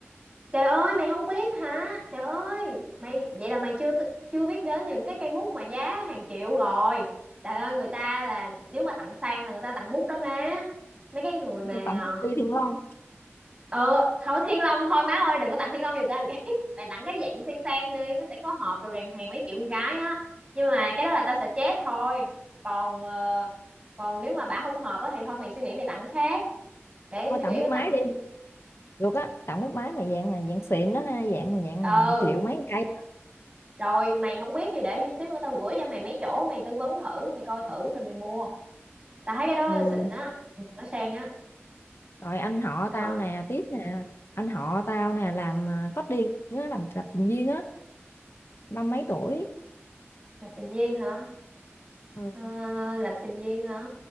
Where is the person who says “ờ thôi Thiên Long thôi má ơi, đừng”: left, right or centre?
Right